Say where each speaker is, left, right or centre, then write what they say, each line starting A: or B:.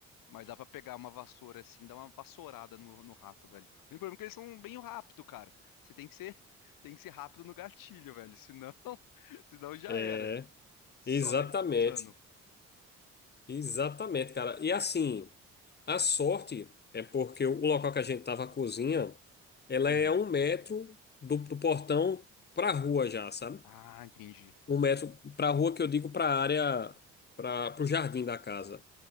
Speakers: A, on the left; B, on the left.
A: Mas dá pra pegar uma vassoura assim, dar uma vassourada no, no rato, velho. O único problema é que eles são bem rápido, cara. Você tem que ser, <laughs> tem que ser rápido no gatilho, velho. Senão, <laughs> senão já
B: É,
A: era. Só
B: exatamente.
A: vê ele passando.
B: Exatamente, cara. E, assim, a sorte é porque o local que a gente tava, a cozinha, ela
A: Uhum.
B: é a um metro do, do portão pra rua já, sabe?
A: Ah, entendi.
B: um metro para a rua que eu digo para a área, para o jardim da casa.